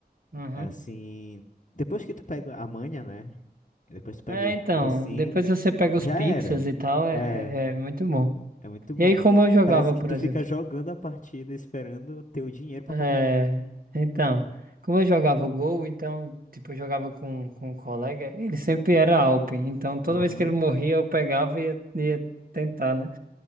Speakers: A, on the right; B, on the left.
A: Uhum.
B: Assim, depois que tu pega a manha, né? Depois tu pega
A: É,
B: o jeito
A: então,
B: assim,
A: depois você pega
B: já
A: os pixels
B: era.
A: e tal, é,
B: É,
A: é é muito bom.
B: é muito bom.
A: E aí, como eu jogava,
B: Parece que
A: por
B: tu
A: exemplo?
B: fica jogando a partida esperando ter o dinheiro pra
A: É,
B: comprar.
A: então, como eu jogava o gol, então, tipo, eu jogava com, com um colega, ele sempre era Alp. então toda
B: Aham.
A: vez que ele morria eu pegava e ia, ia tentar, né?